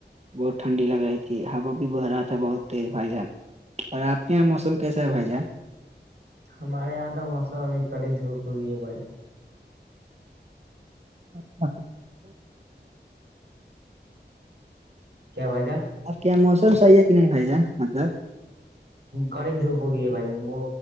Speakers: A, on the right; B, on the right.
A: بہت ٹھنڈی لگ رہی تھی ہوا بھی بہ رہا تھا بہت تیز بھائی جان اور آپ کے یہاں موسم کیسا ہے بھائی جان
B: ہمارے یہاں تو موسم ابھی کی دھوپ ہوگئی ہے بجہ
A: <inaudible> آب
B: کیا بھائی
A: کے یہاں موسم صحیح ہے کہ نہیں بھائی جان مطلب
B: گڑے دھوپگی بجیں وہ